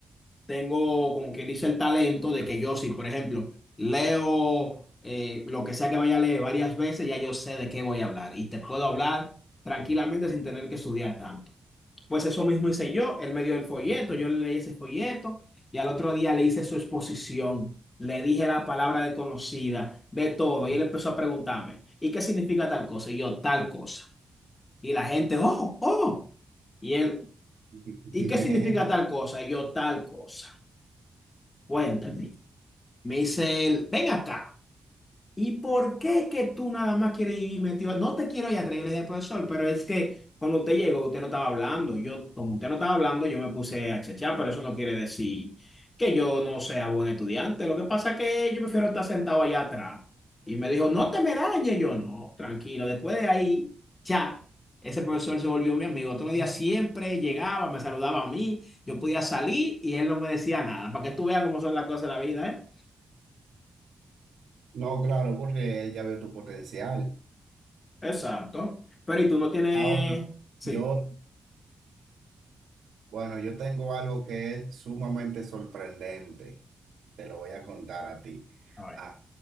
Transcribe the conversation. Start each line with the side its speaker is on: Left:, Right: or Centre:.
Left: tengo, como quien dice, el talento de que yo, si por ejemplo leo eh, lo que sea que vaya a leer varias veces, ya yo sé de qué voy a hablar y te puedo hablar tranquilamente sin tener que estudiar tanto. Pues eso mismo hice yo, él me dio el folleto, yo le leí ese folleto y al otro día le hice su exposición. Le dije la palabra desconocida, de todo, y él empezó a preguntarme, ¿y qué significa tal cosa? Y yo, tal cosa. Y la gente, oh, oh. Y él,
Right: <laughs>
Left: ¿y qué significa tal cosa? Y yo, tal cosa. Cuéntame. Me dice él, ven acá. ¿Y por qué que tú nada más quieres ir metido? No te quiero ir atrás, yo le dije, profesor, pero es que cuando usted llegó, usted no estaba hablando. Yo, como usted no estaba hablando, yo me puse a chechar, pero eso no quiere decir que yo no sea buen estudiante. Lo que pasa es que yo prefiero estar sentado allá atrás. Y me dijo, no te me dañes. Yo, no, tranquilo. Después de ahí, ya. Ese profesor se volvió mi amigo. Otro día siempre llegaba, me saludaba a mí, yo podía salir y él no me decía nada. Para que tú veas cómo son las cosas de la vida, ¿eh?
Right: No, claro, porque él ya vio tu potencial.
Left: Exacto. Pero ¿y tú no tienes...
Right: Ahora,
Left: Sí.
Right: yo, bueno, yo tengo algo que es sumamente sorprendente. Te lo voy a contar a ti.
Left: A ver.
Right: Ah,